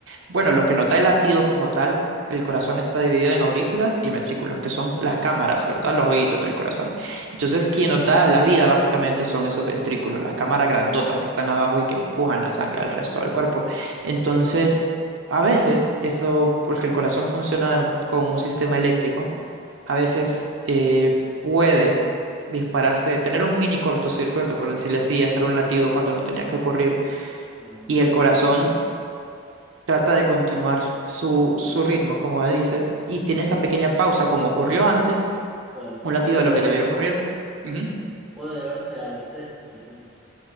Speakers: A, on the right; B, in the centre.
A: bueno, lo que nos da el latido como tal, el corazón está dividido en aurículas y ventrículos, que son las cámaras,
B: claro.
A: ¿verdad? Los oídos del corazón. Entonces, quien nos da la vida básicamente son esos ventrículos, las cámaras grandotas que están abajo y que empujan la sangre al resto del cuerpo. Entonces, a veces eso, porque el corazón funciona con un sistema eléctrico, a veces eh, puede dispararse, tener un mini cortocircuito, por decirlo así, y hacer un latido cuando no tenía que ocurrir
B: claro.
A: y el corazón trata de continuar su, su ritmo, como dices, y tiene
B: Ujú.
A: esa pequeña pausa, como ocurrió antes,
B: Claro.
A: un latido
B: Pero
A: de
B: puede,
A: lo que debió ocurrir. Ujú.
B: puede deberse al estrés, por ejemplo.